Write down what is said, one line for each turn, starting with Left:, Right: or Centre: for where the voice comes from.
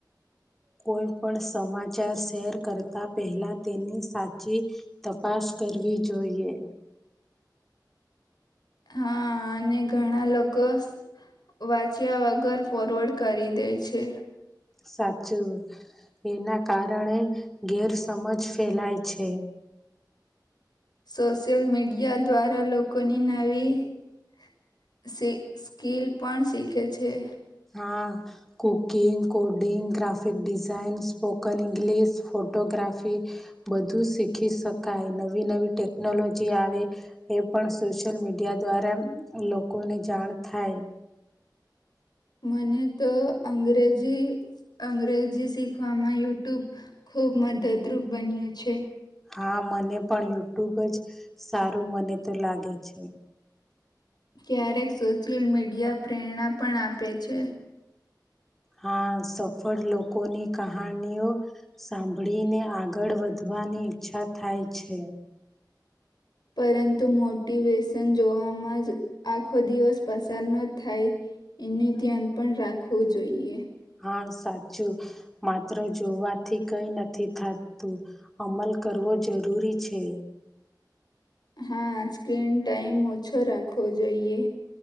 Centre: કોઈ પણ સમાચાર શેર કરતા પહેલા તેની સાચી તપાસ કરવી જોઈએ.
Left: હા અને ઘણા લોકો વાંચ્યા વગર ફોરવર્ડ કરી દે છે.
Centre: સાચું. એના કારણે ગેરસમજ ફેલાય છે.
Left: સોશિયલ મીડિયા દ્વારા લોકોની નવી સ્કીલ પણ શીખે છે.
Centre: હા cooking, coding, graphic design spoken English, photography ગ્રાફી બધું શીખી શકાય નવી નવી ટેકનોલોજી આવે એ પણ સોશિયલ મીડિયા દ્વારા લોકોને જાણ થાય.
Left: મને તો અંગ્રેજી અંગ્રેજી શીખવામાં યુટ્યુબ ખુબ મદદરૂપ બન્યું છે.
Centre: હા મને પણ યુટ્યુબ જ સારું મને તો લાગે છે.
Left: ક્યારેક સોશિયલ મીડિયા પ્રેરણા પણ આપે છે.
Centre: હા સફળ લોકોની કહાનીઓ સાંભળીને આગળ વધવ વાની ઈચ્છા થાય છે.
Left: પરંતુ મોટિવેશન જોવામાં જ આખો દિવસ પસાર ન થાય એનું ધ્યાન પણ રાખવું જોઈએ.
Centre: હા સાચું માત્ર જોવાથી કઈ નથી થાતું અમલ કર હોવો જરૂરી છે.
Left: હા સ્ક્રીન ટાઈમ ઓછો રાખવો જોઈએ.